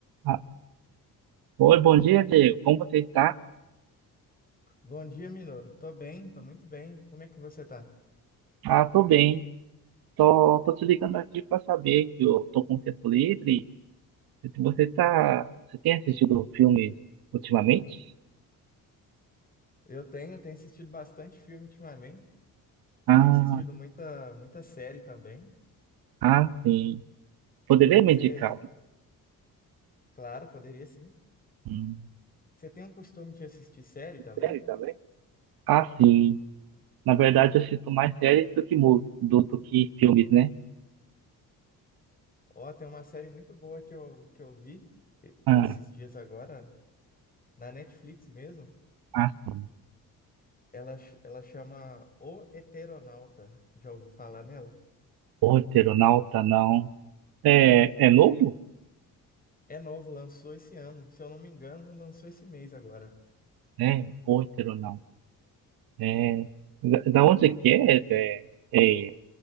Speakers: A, on the right (about 85°); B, on the left (about 25°).
A: Ah, oi, bom dia, Diego. Como você está?
B: Bom dia, Minoro. Tô bem, tô muito bem. Como é que você tá?
A: Ah, tô bem. Tô, tô te ligando aqui para saber que eu tô com tempo livre. Se Você tá, você tem assistido filmes ultimamente?
B: Eu tenho, tenho assistido bastante filme ultimamente.
A: Ah,
B: Eu tenho assistido muita, muita série também.
A: ah, sim. Poderia
B: Você,
A: me indicar?
B: claro, poderia sim.
A: Hum,
B: Você tem o costume de assistir série também?
A: Série também? Ah, sim. Na verdade, eu assisto mais séries do que mu- do, do que filmes, né?
B: Ó, tem uma série muito boa que eu, que eu vi e-
A: Ah,
B: esses dias agora, na Netflix mesmo.
A: ah, sim.
B: Ela, ch- ela chama O Eteronauta. Já ouviu falar nela?
A: O Eternauta, não. É, é novo?
B: É novo, lançou esse ano. Se eu não me engano, lançou esse mês agora.
A: É, O Eternauta. É, da, da onde que é? É, é,